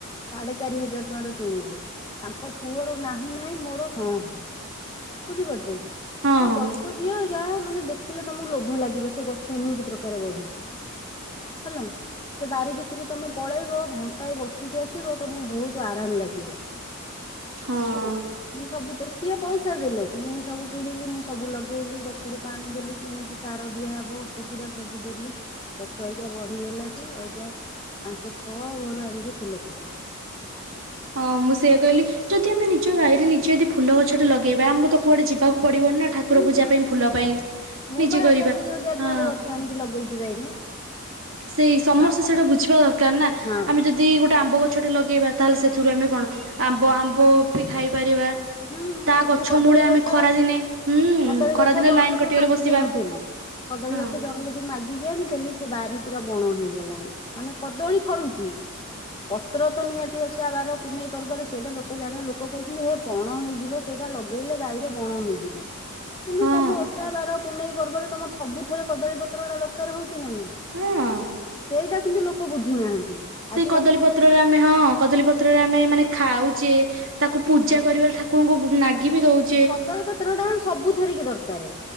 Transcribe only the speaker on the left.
ସାଡେ ଚାରି ହଜାର ଟଙ୍କାରୁ କିଣିଲି ତାଙ୍କ ପୁଅର ନାହିଁ ନାହିଁ ମୋର ହଁ ହଁ। ବୁଝିପାରୁଚ କି
ସେ ଗଛ ସେ ଝିଅ <unintelligible> ମାନେ ଦେଖିଲେ ତମକୁ ଲୋଭ ଲାଗିବ ସେ ଗଛ ଏମିତି ପ୍ରକାର ବଢିଚି। <unintelligible> ସେ ବାରି ଭିତରକୁ ତମେ ପଳେଇବ ଘଣ୍ଟାଏ ବସିକି ଆସିବ ତମକୁ ବହୁତ ଆରାମ ଲାଗିବ।
ହେଲେ ମୁଁ ସବୁ ତ ସିଏ ପଇସା ପଇସା ଦେଲେ କିନ୍ତୁ ମୁଁ ସବୁ କିଣିଲି ମୁଁ ସବୁ ଲଗେଇଲି ଗଛରେ ପାଣି ଦେଲି କେମିତି ସାର ଦିଆହବ। ସେଗୁଡା ସବୁ ଦେଲି ଗଛ ଏଇକିଆ ବଢିଗଲାଠୁ ଏ ପାଞ୍ଚ ଛଅ ଘର ଆଣିକି ଫୁଲ ପୂଜୁଚି।
ହୁଁ
ହୁଁ
ମୁଁ
ବା
ଅଇଖା ଦୁଇ ହଜାର
ଟଙ୍କାର ଗଛ ଆଣିକି ଲଗେଇଚି ବାଇରେ।
ବା
ହଁ।
ହୁଁ ହୁଁ
ମୁଁ କଦଳୀ
ଗଛ
କଦଳୀ
ଗଛ
ଜଣଙ୍କଠୁ
ମାଗିକି
ଆଣିଥିଲି। କଦଳୀ
ଗଛ ଯ ଜଣଙ୍କଠୁ ମାଗିକି ଆଣିଥିଲି ସେ ବାରି ପୁରା ବଣ ହେଇଗଲାଣି ମାନେ କଦଳୀ ଫଳୁଚି ପତ୍ର ତ ନିହାତି ଓଷା ବାର ପୁନେଇଁପର୍ବରେ ସେଇଟା ଲୋକ ଜାଣିବେ ଲୋକ କହୁଚନ୍ତି ହେ ବଣ ହେଇଯିବ ସେଇଟା ଲଗେଇଲେ ବାଇରେ ବଣ ହେଇଯିବ। କିନ୍ତୁ
ତମ ଓଷା ବାର ପୁନେଇଁ ପର୍ବରେ ତମର ସବୁଥିରେ କଦଳୀପତ୍ ତ୍ରଟା ଦରକାର ହଉଚି ନା ନାଇଁ
ସେଇଟା କିନ୍ତୁ ଲୋକ ବୁଝୁନାହାନ୍ତି।
ଆଜି
ତମ
ମୁଁ
କଦଳୀପତ୍ରଟା ହିଁ ସବୁ ଥିରେକି ଦରକାର।